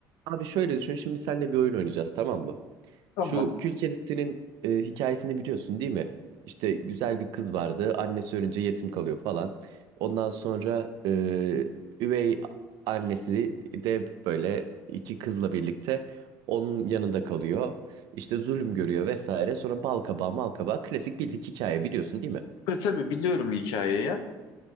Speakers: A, on the right; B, on the left.
A: Abi şöyle düşün şimdi seninle bir oyun oynayacağız tamam mı?
B: Tamam.
A: Şu Kül Kedisi'nin e, hikayesini biliyorsun değil mi? İşte güzel bir kız vardı annesi ölünce yetim kalıyor falan. Ondan sonra e, üvey annesi de böyle iki kızla birlikte onun yanında kalıyor. İşte zulüm görüyor vesaire sonra bal kabağı mal kabağı klasik bildik hikaye biliyorsun değil mi?
B: E, tabii biliyorum hikayeyi.